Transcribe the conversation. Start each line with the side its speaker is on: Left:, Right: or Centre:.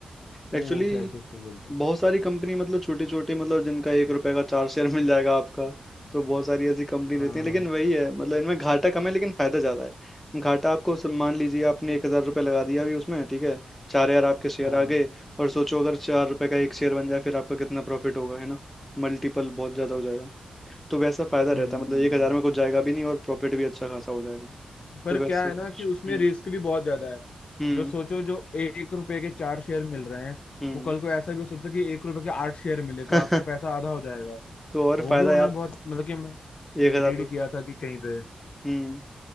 Left: वो
Centre: एक्चुअली
Left: शायद से उसको बोलते हैं
Centre: बहुत सारी कंपनी मतलब छोटी छोटी मतलब जिनका एक रुपए का चार शेयर मिल जाएगा आपका तो बहुत सारी ऐसी कंपनी रहती
Left: हाँ
Centre: है लेकिन वही है मतलब इनमें घाटा कम है लेकिन फायदा ज्यादा है घाटा आपको सम- मान लीजिए आपने एक हजार रुपये लगा दिया अभी उसमें ठीक है चार हजार आपके शेयर
Left: हाँ
Centre: आ गए और सोचो अगर चार रुपए का एक शेयर बन जाए फिर आपका कितना प्रॉफिट होगा है ना मल्टीपल बहुत ज्यादा हो जाएगा तो वैसा फायदा
Left: हम्म
Centre: रहता है मतलब एक हजार में कुछ जाएगा भी नहीं और प्रॉफिट भी अच्छा खासा हो जाएगा
Left: पर
Centre: तो वैसा
Left: क्या है
Centre: कुछ
Left: ना कि उसमें
Centre: हम्म
Left: रिस्क भी बहुत ज्यादा है
Centre: हम्म
Left: जो सोचो जो एक रुपए के चार शेयर मिल रहे हैं
Centre: हम्म
Left: वो कल को ऐसा भी हो सकता है कि एक रुपए के आठ शेयर मिले
Centre: <laughs>
Left: तो आपका पैसा आधा हो जाएगा
Centre: तो और
Left: वो
Centre: फायदा
Left: भी होना
Centre: है आप
Left: बहुत मतलब कि मैं
Centre: एक हजार
Left: रीड किया था कि कहीं पे
Centre: हम्म